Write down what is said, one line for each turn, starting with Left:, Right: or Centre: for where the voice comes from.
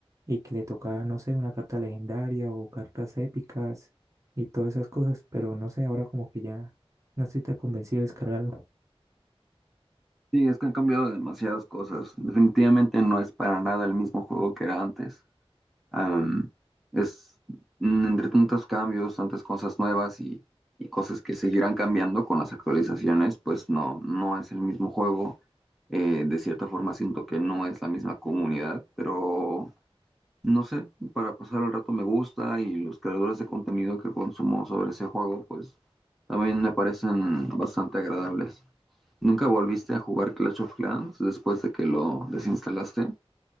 Right: y que le tocara, no sé, una carta legendaria o cartas épicas y todas esas cosas, pero no sé, ahora como que ya no estoy tan convencido de descargarlo.
Centre: Sí, es que han cambiado demasiadas cosas. Definitivamente no es para nada el mismo juego que era antes. Am, es mm, entre tantos cambios, tantas cosas nuevas y, y cosas que seguirán cambiando con las actualizaciones, pues no, no es el mismo juego. Eh, de cierta forma siento que no es la misma comunidad, pero No sé, para pasar el rato me gusta y los creadores de contenido que consumo sobre ese juego, pues también me parecen bastante agradables. ¿Nunca volviste a jugar Clash of Clans después de que lo desinstalaste?